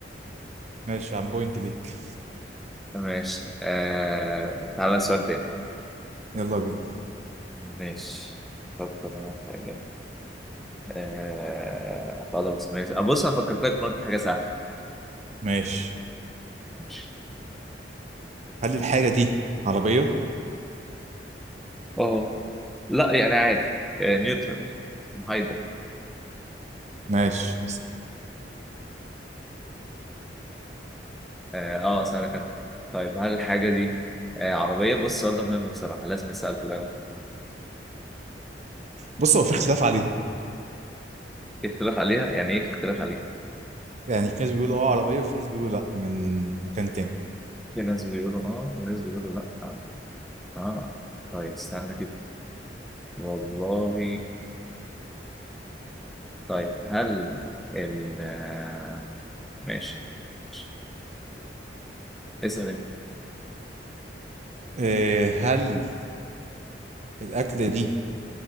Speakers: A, on the right; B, in the centre.
A: ماشي يا عم بوينت ليك
B: ماشي آه... تعالى سؤال تاني
A: يلا بينا
B: ماشي افكر انا في حاجه آه... خلاص ماشي آه، بص انا فكرت لك في مرة في حاجه سهله
A: ماشي
B: ماشي
A: هل الحاجة دي عربية؟
B: اه لا يعني عادي آه، نيوترال محايدة
A: ماشي
B: اه آه، اسألك انا طيب هل الحاجة دي آه عربية بص السؤال ده مهم بصراحة لازم يسأل كلها
A: بص هو في اختلاف عليها
B: في اختلاف عليها يعني ايه في اختلاف عليها
A: يعني في ناس بيقولوا اه عربية وفي ناس بيقولوا لا من مكان تاني
B: في ناس بيقولوا اه وناس بيقولوا لا اه آه. طيب استنى كده والله طيب هل ال آه، ماشي ماشي اسأل انت
A: إيه هل الأكلة دي